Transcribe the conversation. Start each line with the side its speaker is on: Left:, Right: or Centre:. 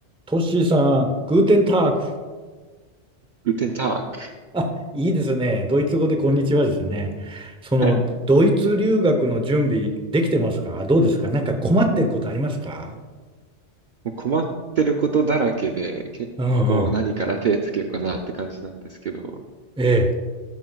Centre: トッシーさん、グーテンターク。
Right: グテンターク。
Centre: あ、いいですね。ドイツ語でこんにちはですね。その、
Right: はい。
Centre: ドイツ留学の準備できてますかどうですかなんか困ってることありますか
Right: もう困ってることだらけで、結構何から手つけようかなって感じなんですけど、
Centre: うんうん。ええ。